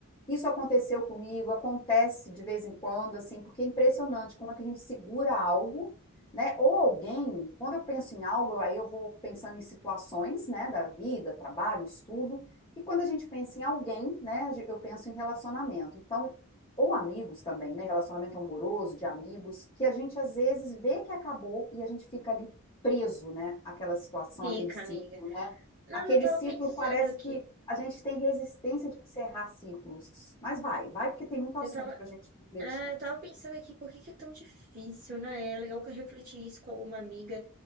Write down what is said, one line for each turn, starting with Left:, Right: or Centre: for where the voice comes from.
Left: isso aconteceu comigo, acontece de vez em quando, assim, porque é impressionante como é que a gente segura algo, né? Ou alguém, quando eu penso em algo, aí eu vou pensando em situações, né, da vida, trabalho, estudo, e quando a gente pensa em alguém, né, eu penso em relacionamento. Então, ou amigos também, né, relacionamento amoroso, de amigos, que a gente às vezes vê que acabou e a gente fica ali preso, né, àquela situação,
Right: Fica,
Left: aquele ciclo,
Right: amiga.
Left: né?
Right: Não,
Left: Aquele
Right: eu tava
Left: ciclo
Right: pensando
Left: parece
Right: aqui.
Left: que a gente tem resistência de encerrar ciclos. Mas vai, vai, porque tem muito
Right: Eu
Left: assunto
Right: tava,
Left: para a gente refletir.
Right: ah, eu tava pensando aqui por que que é tão difícil, né? É legal que eu refleti isso com alguma amiga.